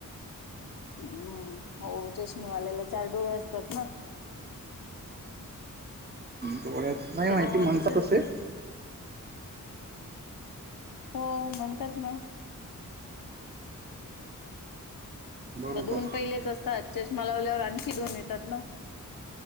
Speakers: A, on the left; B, on the right.
A: हम्म हो चष्मीवाल्याला चार डोळे असतात ना...
B: नाही नाही
A: त्याच्यामुळे
B: माहिती म्हणतात
A: दिसत
B: असे.
A: असेल. हो म्हणतात मग...
B: बरोबर
A: तर दोन पहिलेच असतात चष्मा लावल्यावर आणखी दोन येतात ना...